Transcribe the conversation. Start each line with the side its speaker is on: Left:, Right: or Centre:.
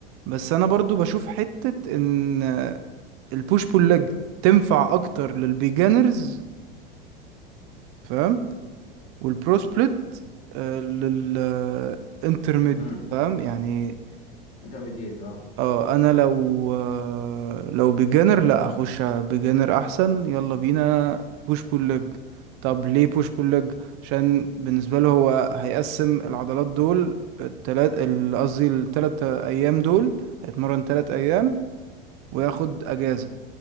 Right: بس انا برضو بشوف حتة ان آه، البوش بول ليج تنفع اكتر للبيجانرز فاهم والبرو سبليت للانترميد
Left: امم
Right: فاهم يعني
Left: انترميديت اه
Right: اه انا لو آه، لو بيجانر لا اخش بيجانر احسن يلا بينا بوش بول ليج طب ليه بوش بول ليج عشان بالنسبه له هو هيقسم العضلات دول التلات ال- قصدي التلات ايام دول هيتمرن تلات ايام وياخد اجازه